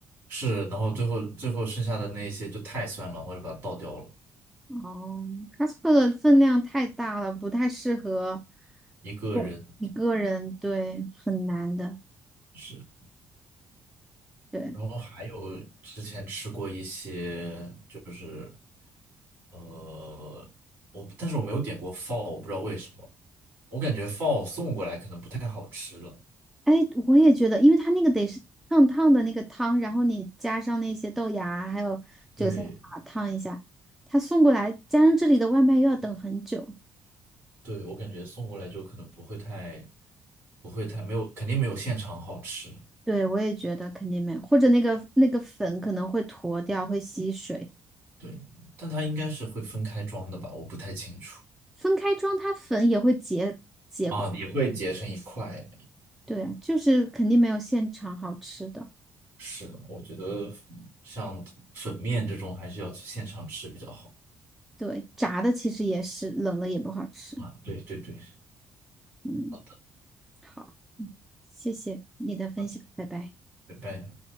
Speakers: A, on the right; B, in the centre.
A: 是，然后最后最后剩下的那些就太酸了，我就把它倒掉了，
B: 哦 c o s 的分量太大了，不太适合
A: 一个人
B: 对一个人，对，很难的。
A: 是。
B: 对，
A: 然后还有之前吃过一些，就是呃，我但是我没有点过 f a l l 我不知道为什么，我感觉 f a l l 送过来可能不太好吃了。
B: 哎，我也觉得，因为它那个得是烫烫的那个汤，然后你加上那些豆芽啊还有韭菜花烫一下，
A: 对，
B: 它送过来，加上这里的外卖又要等很久。
A: 对，我感觉送过来就可能不会太，不会太没有，肯定没有现场好吃。
B: 对，我也觉得肯定没有，或者那个那个粉可能会坨掉，会吸水。
A: 对，但它应该是会分开装的吧，我不太清楚。
B: 分开装，它粉也会结结
A: 啊，也会结成一块。
B: 对啊，就是肯定没有现场好吃的。
A: 是的，我觉得像粉面这种还是要去现场吃比较好。
B: 对，炸的其实也是，冷了也不好吃。
A: 啊，对对对，
B: 嗯，
A: 好的，
B: 好，嗯，谢谢你的分享，
A: 好的，
B: 拜拜。
A: 拜拜。